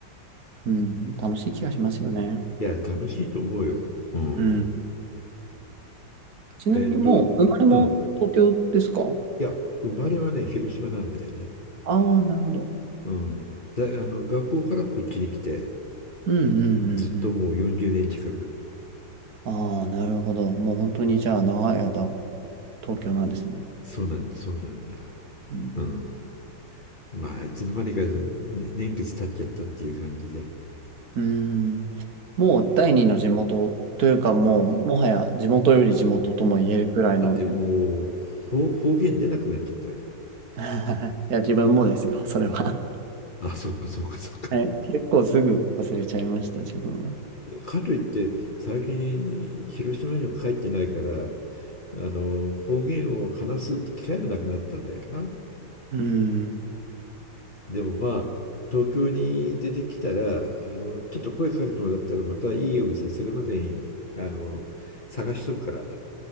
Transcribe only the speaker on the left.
いや楽しいと思うよ。うん
えっと、うん。いや、生まれはね、広島なんだよね。
うん。だ、あの、学校からこっちに来て、
ずっともう40年近く。
そうなんだ、そうなんだ。
うん。まあ、いつの間にか、ね年月経っちゃったっていう感じで。
だってもう、方、方言出なくなっちゃった。
あ、そっか、そっか、そっか。
<laughs>
かといって、最近、広島には帰ってないから、あの、方言を話す機会もなくなったんだよな。
でもまあ、東京に出てきたら、あの、ちょっと声かけてもらったら、またいいお店、それまでに、あの、探しとくから、